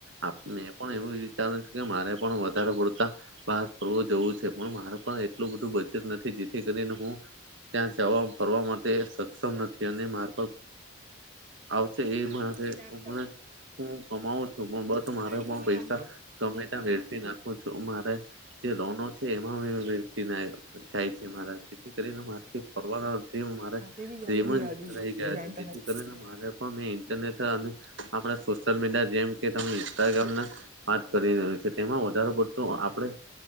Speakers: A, on the right; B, on the right.
A: આપ મેં પણ એવું વિચાર્યું છે, કે મારે પણ વધારે પડતા બહાર ફરવો જવું છે, પણ મારે પણ એટલું બધું બજેટ નથી જેથી કરીને હું ત્યાં જવા ફરવા માટે સક્ષમ નથી, અને મા આવશે એ
B: પાણી
A: હું
B: ભરવા જા ચલા
A: કમાવું છું, પણ બસ મારે
B: પાણી
A: પણ
B: ભરવા
A: પૈસા
B: જા
A: ગમેત્યા વેડફી નાખુ હ મારે જે રોનો છે એમાં જાય છે, મારા જેથી કરીને ફરવામા
B: સાથે બી
A: જ
B: ગાડી
A: રહી
B: લઈ આવજો
A: ગયા
B: જાણતા
A: છે, જેથી
B: હતા
A: કરીને મારે પણ મે ઇન્ટરનેટ અને આપણા સોશિયલ મીડિયા જેમ કે તમે ઇન્સ્ટાગ્રામ ના વાત કરીને છે, તેમાં વધ પડતી આપણે